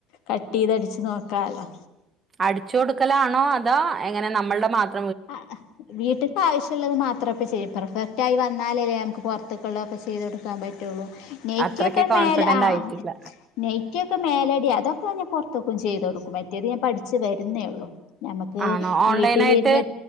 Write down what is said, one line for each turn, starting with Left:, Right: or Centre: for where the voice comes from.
Left: കട്ടെയ്തടിച്ച് നോക്കാലോ
Right: അടിച്ചു കൊടുക്കലാണോ അതോ എങ്ങനെ നമ്മളുടെ മാത്രൊ
Left: ആ വീട്ടിത്താവശ്യുള്ളത് മാത്രെപ്പ ചെയ്യ പ്രഫർ റായി വന്നാലല്ലേ നമുക്ക് പുറത്തുക്കുള്ളതൊക്കെ ചെയ്ത് കൊടുക്കാൻ പറ്റുള്ളൂ നെയ്റ്റിയൊക്കെ
Right: അത്രയ്ക്ക് കോൺഫിഡന്റ്
Left: മേലെ ആ
Right: ആയിട്ടില്ല
Left: നെയ്റ്റിയൊക്കെ മേലടിയാ അതൊക്കെ ഞാൻ പൊറത്തൊക്കും ചെയ്തോടുക്കും ക്കും മറ്റേത് ഞാൻ പഠിച്ചു വരുന്നേയുള്ളൂ ഞമ്മക്ക്
Right: ആണോ ഓൺലൈൻ
Left: വീട്ടിലിരുന്ന്
Right: ആയിട്ട്